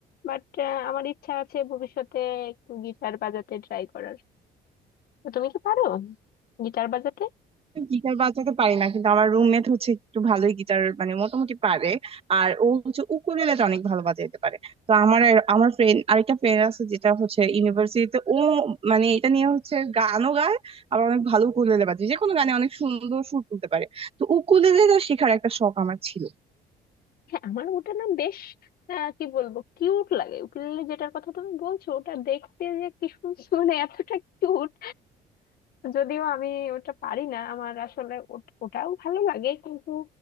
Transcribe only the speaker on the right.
গিটার বাজাতে পারি না কিন্তু আমার রুমমেট হচ্ছে একটু ভালোই গিটার মানে মোটামুটি পারে আর ও হচ্ছে উকুলেলেটা অনেক ভালো বাজাইতে পারে তো আমার আর- আমার ফ্রেন্ড আরেকটা ফ্রেন্ড আছে যেটা হচ্ছে ইউনিভার্সিটিতে ও মানে এটা নিয়ে হচ্ছে গানও গায় আবার অনেক ভালো উকুলেলে বাজায় যে কোনো গানে অনেক সুন্দর সুর তুলতে পারে তো উকুলেলেটা শেখার একটা শখ আমার ছিল